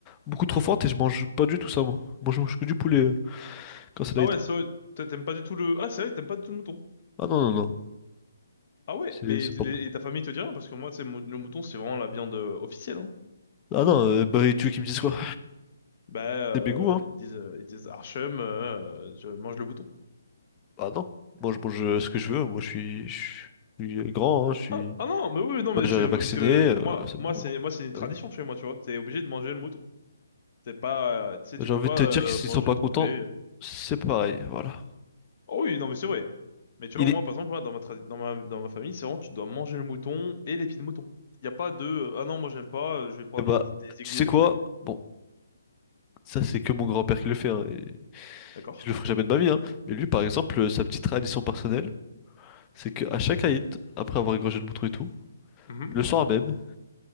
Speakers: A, on the left (about 20°); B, on the left (about 45°).
A: beaucoup trop forte et je mange pas du tout ça, moi. Moi, je mange que du poulet euh, quand c'est light.
B: Ah ouais, c'est vrai, t'a- t'aimes pas du tout le... Ah c'est vrai, t'aimes pas du tout le mouton.
A: Ah non, non, non.
B: Ah ouais,
A: C'est
B: mais
A: c'est
B: t-
A: pas
B: les-
A: bon.
B: et ta famille te dit rien parce que moi, tu sais, mou- le mouton, c'est vraiment la viande euh, officielle. Hein.
A: Ah non, euh, bah et tu veux qu'ils me disent quoi?
B: Bah,
A: <laughs>
B: euh,
A: C'est mes goûts, hein?
B: ils disent, euh, ils disent Archem, euh, je mange le mouton.
A: Bah non. Moi je mange euh, ce que je veux, moi je suis, je suis grand, hein, je suis
B: Ah, ah non, mais oui, non, mais
A: majeur
B: c'est
A: et vacciné,
B: mais parce que
A: euh,
B: moi,
A: c'est
B: moi
A: bon.
B: c'est moi c'est une tradition
A: hein. Ouais.
B: chez moi, tu vois. T'es obligé de manger le mouton. T'es pas, euh, tu sais,
A: Bah,
B: tu
A: J'ai
B: peux
A: envie
B: pas
A: de te dire
B: euh,
A: que s'ils
B: manger
A: sont pas
B: ton
A: contents,
B: poulet. euh.
A: c'est pareil, voilà.
B: Oh oui, non, mais c'est vrai. Mais tu
A: Il
B: vois, moi,
A: est...
B: par exemple, moi, dans ma, tra- dans ma, dans ma famille, c'est vraiment, tu dois manger le mouton et les pieds de mouton. Il n'y a pas de, euh, ah non, moi, j'aime pas, euh, je vais prendre
A: eh bah,
B: du pou- des aiguillets
A: tu sais
B: de
A: quoi?
B: poulet.
A: Bon, ça c'est que mon grand-père qui le fait, hein, et
B: D'accord?
A: je le ferai jamais de ma vie, hein. Mais lui par exemple, euh, sa petite tradition personnelle, c'est qu'à chaque Aïd, après avoir égorgé le mouton et tout,
B: Mhm.
A: le soir même,